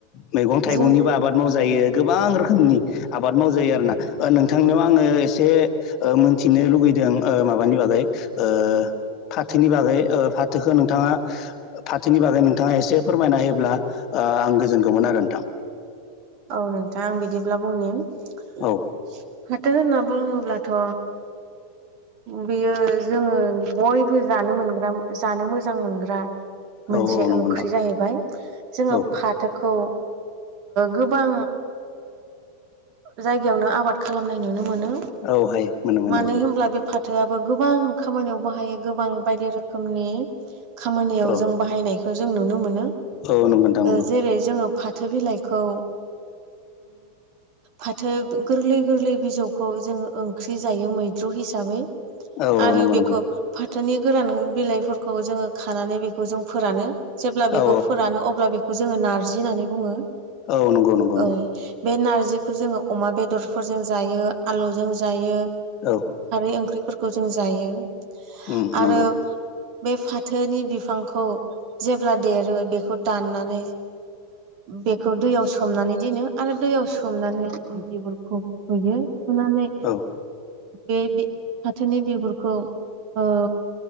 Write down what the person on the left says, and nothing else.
मैगं थाइगंनिबो
आबाद मावजा जायो गोबां रोखोमनि आबाद मावजायो आरोना नोंथांनियाव आङो एसे ओ मि न्थिनो लुगैदों ओ माबानि बागै ओ फाथोनि बागै फाथोखौ नोंथाङा फाथोनि बागै नोंथाङा एसे फोरमायना होयोब्ला आ आं गोजोनगौमोन आरो नोंथां
औ
औ नंगौ
नोंथां
औ
औ हायो मोनो मोनो
मोनो
औ
औ नंगौ नोंथां नंगौ
औ औ
नंगौ
नंगौ
औ
औ नंगौ नंगौ नंगौ
औ
उम
नंगौ
औ